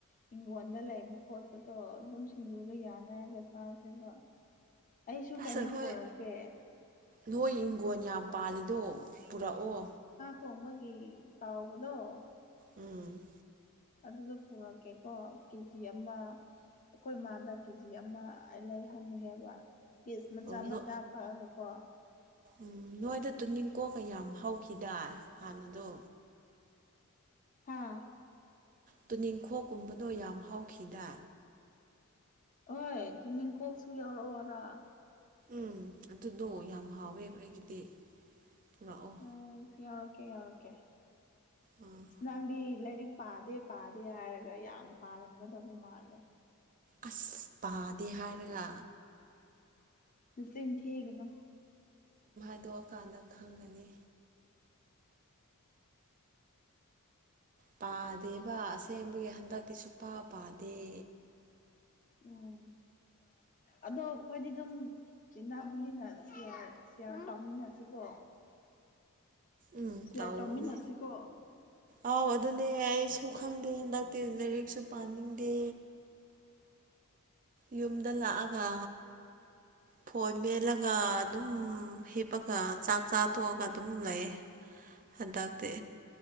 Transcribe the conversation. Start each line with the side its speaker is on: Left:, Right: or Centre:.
Left: ꯍꯤꯡꯒꯣꯜꯗ ꯂꯩꯕ ꯈꯣꯠꯄꯗꯣ ꯑꯗꯨꯝ ꯁꯤꯡꯖꯨꯒ ꯌꯥꯅꯔꯒ ꯆꯥꯁꯦꯕ ꯑꯩꯁꯨ
Right: ꯑꯁ
Left: ꯀꯩꯅꯣꯝ
Right: ꯑꯩꯈꯣꯏ
Left: ꯄꯨꯔꯛꯀꯦ
Right: ꯅꯣꯏ ꯏꯪꯈꯣꯟꯜ ꯌꯥꯝ ꯄꯥꯜꯂꯤꯗꯣ ꯄꯨꯔꯛꯑꯣ
Left: ꯇꯣꯃꯒꯤ ꯇꯥꯎꯕꯗꯣ
Right: ꯎꯝ
Left: ꯑꯗꯨꯗ ꯄꯨꯔꯛꯀꯦꯀꯣ ꯀꯦꯖꯤ ꯑꯃ ꯑꯩꯈꯣꯏ ꯃꯥꯗ ꯀꯦꯖꯤ ꯑꯃ ꯂꯩꯍꯟꯉꯦꯕ ꯄꯤꯁ ꯃꯆꯥ
Right: ꯑꯣ ꯅꯣ
Left: ꯃꯆꯥ ꯀꯛꯑꯒ ꯀꯣ
Right: ꯎꯝ ꯅꯣꯏꯗ ꯇꯨꯅꯤꯡꯀꯣꯛꯀ ꯌꯥꯝ ꯍꯧꯈꯤꯗꯥ ꯍꯥꯟꯅꯗꯣ
Left: ꯍꯥꯥ
Right: ꯇꯨꯅꯤꯡꯈꯣꯛꯀꯨꯝꯕꯗꯣ ꯌꯥꯝ ꯍꯥꯎꯈꯤꯗ
Left: ꯍꯣꯏ ꯇꯃꯤ ꯀꯧꯁꯨ ꯌꯥꯎꯔ ꯋꯥꯔ
Right: ꯎꯝ ꯑꯗꯨꯗꯣ ꯌꯥꯝ ꯍꯥꯎꯋꯦꯕ ꯑꯩꯒꯤꯗꯤ ꯄꯨꯔꯛꯑꯣ
Left: ꯎꯝ ꯌꯥꯎꯔꯛꯀꯦ ꯌꯥꯎꯔꯛꯀꯦ
Right: ꯑꯥ
Left: ꯑꯁ ꯅꯪꯗꯤ ꯂꯥꯏꯔꯤꯛ ꯄꯥꯗꯦ ꯄꯥꯗꯦ ꯍꯥꯏꯔꯒ ꯌꯥꯝ ꯄꯥꯔꯝꯒꯗꯕ ꯃꯥꯜꯂꯦ
Right: ꯑꯁ ꯄꯥꯗꯦ ꯍꯥꯏꯔꯒ
Left: ꯁꯤꯅꯤ ꯊꯤꯀ ꯅ
Right: ꯊꯗꯣꯛꯑꯀꯥꯟꯗ ꯈꯪꯒꯅꯤ ꯄꯥꯗꯦꯕ ꯑꯁꯦꯡꯕꯒꯤ ꯍꯟꯗꯛꯇꯤ ꯁꯨꯄꯥ ꯄꯥꯗꯦ
Left: ꯎꯝ ꯑꯗꯣ ꯑꯩꯈꯣꯏꯗꯤ ꯑꯗꯨꯝ ꯏꯅꯥꯃꯤꯅ ꯁꯤꯌꯥ ꯁꯤꯌꯥꯔ ꯇꯧꯃꯤꯟꯅꯁꯤꯦꯀꯣ
Right: ꯎꯝ
Left: ꯁꯤꯌꯥꯔ
Right: ꯇꯧꯅꯤ
Left: ꯇꯝꯕꯤ ꯅꯁꯤꯀꯣ
Right: ꯑꯥꯎ ꯑꯗꯨꯅꯦ ꯑꯩꯁꯨ ꯈꯪꯗꯦ ꯍꯟꯗꯛꯇꯤ ꯂꯥꯏꯔꯤꯛꯁꯨ ꯄꯥꯅꯤꯡꯗꯦ ꯌꯨꯝꯗ ꯂꯥꯛꯑꯒ ꯐꯣꯏ ꯃꯦꯜꯂꯒ ꯑꯗꯨꯝ ꯍꯤꯞꯄꯒ ꯆꯥꯛ ꯆꯥ ꯇꯣꯛꯑꯒ ꯑꯗꯨꯝ ꯂꯩꯌꯦ ꯍꯟꯗꯛꯇꯤ